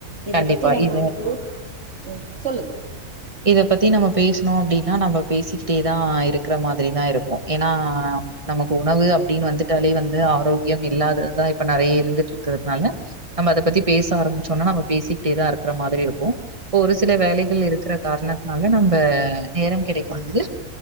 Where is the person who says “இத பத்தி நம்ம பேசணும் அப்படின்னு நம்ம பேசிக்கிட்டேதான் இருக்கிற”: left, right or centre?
Right